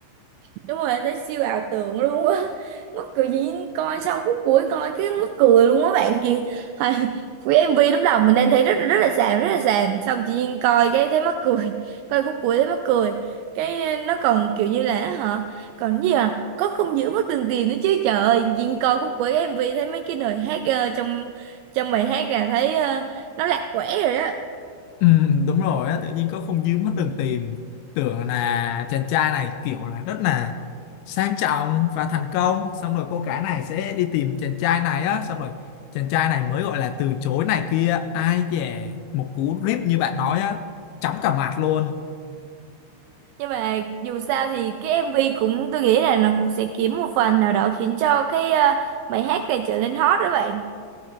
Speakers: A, on the right; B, on the left.
A: đúng rồi tới siêu ảo tưởng luôn á <laughs> mắc cười gì coi xong khúc cuối coi cái mắc cười luôn á bạn kia Hồi- <laughs> cái MV lúc đầu mình đang thấy rất rất là xàm rất là xàm xong chị Duyên coi cái thấy mắc cười <laughs> coi khúc cuối thấy mắc cười cái ờ, nó còn kiểu như là hả còn gì à có không giữ mất từng tiền nữa chứ trời ơi Duyên coi khúc cuối cái MV thấy mấy cái lời hát ờ, trong trong bài hát là thấy ờ, nó lạc quẻ rồi đó
B: Ừ, đúng rồi á tự nhiên có không dư mất đường tìm tưởng là chàng trai này kiểu là rất là sang trọng và thành công xong rồi cô gái này sẽ đi tìm chàng trai này á xong rồi chàng trai này mới gọi là từ chối này kia ai dè một cú rip như bạn nói á chóng cả mặt luôn
A: nhưng mà dù sao thì cái MV cũng tôi nghĩ là nó cũng sẽ kiếm một phần nào đó khiến cho cái ờ, bài hát này trở nên hot đó bạn